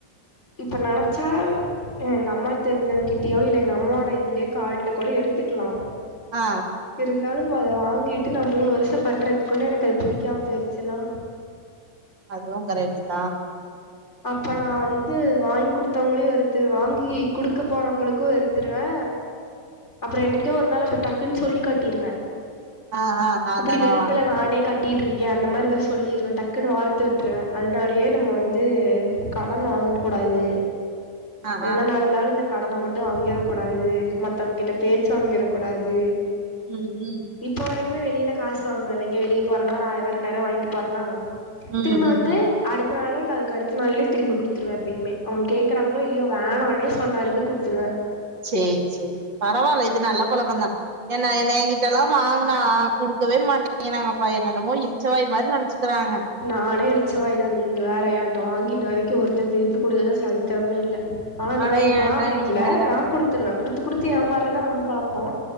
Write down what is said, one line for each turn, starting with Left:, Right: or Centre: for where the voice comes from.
Left: இப்ப நெனச்சா எங்க அம்மாக் தெரிஞ்சவங்க கிட்டயோ இல்ல எங்க அம்மோட இதுலயே காட்ல கூட எடுத்துக்லா
Right: ஆ
Left: இருந்தாலு அத வாங்கிட்டு நா மூணு வருஷோ கட்டுறதுக்குள்ள எனக்கு அது புடிக்காம போயிருச்சுனா
Right: அதுவு கரைட்டு தா
Left: அப்ப நா வந்து வாங்கி குடுத்தவங்களையு வெறுத்துருவே வாங்கி குடுக்க போறவங்களுக்கு வெறு த்ருவே அப்பறோ என்னைக்கோ ஒரு நாள் அப்பறோ டக்குன் சொல்லி் காட்டிருவே
Right: ஆ ஆ நா
Left: இப்புடி
Right: தானா
Left: வெறுப்புல நானே கட் டிட்ருக்கே அந்த மாரி எதா சொல்லிருவே டக்குனு வார்த்த விட்ருவே அதனாலயே நம்ம வந் து கடன் வாங் கூடாது
Right: ஆ
Left: என்ன
Right: ஆ
Left: நடந்தாலு இந்த கடன மட்டு வாங்கிற கூடாது மத்தவங்க கிட்ட பேச்சு வாங்கிற கூடாது
Right: ம் ம்
Left: இப்போ வரைக்குமே வெளில காசு வாங்வேன்ல எங்க வெளிய போறன்னா ஒரு ஆயிரோ ரெண்டாயிரோ வாங்ட் போறன்னா
Right: ம்
Left: திரும்ப
Right: ம்
Left: வந்து
Right: ம்
Left: அடுத்த நாளோ இல்ல அது கடுத்த நாள்லயே திரும்பி குடுத்துருவே எப்பயுமே அவுங்க கேக்குறாங்ளோ இல்லையோ வேணானே சொன்னாலுமே குடுத்துருவே
Right: சேர் சேரி பரவால்ல இது நல்ல பழக்கோ தா என்ன என்ன ஏன்கிட்டெல்லா வாங்குனா குடுக்கவே மாட் டேங்றாங்கப்பா என்ன என்னமோ இள்ச்சவாய் மாறி நெனச்சிக்றாங்க
Left: நானே இளிச்சவாய்தா நீங்க வேற ஏன்ட்ட வாங்கி இன்ன வரைக்கு ஒருத்த திருப்பி குடுத்ததா சரித்திரமே இல்ல ஆ
Right: அட
Left: நா இவ்
Right: ஏன்டா
Left: நா அப்டி
Right: நீ
Left: இல்ல
Right: வேற
Left: நா குடுத்துருவ குடுத்து குடுத்து ஏமார்றதா நம் பழக்கோ